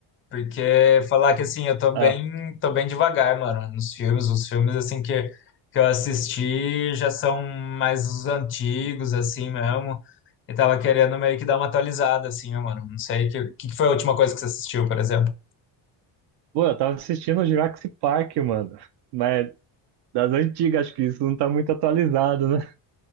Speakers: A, on the left (about 30°); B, on the right (about 55°).
A: Porque falar que, assim, eu tô
B: Ah,
A: bem, tô bem devagar, mano, nos filmes. Os filmes, assim, que, que eu assisti já são mais os antigos, assim, mesmo. E tava querendo meio que dar uma atualizada, assim, ó, mano. Não sei, que, que foi a última coisa que você assistiu, por exemplo?
B: pô, eu tava assistindo o Jurassic Park, mano. Mas das antigas, acho que isso não tá muito atualizado, né?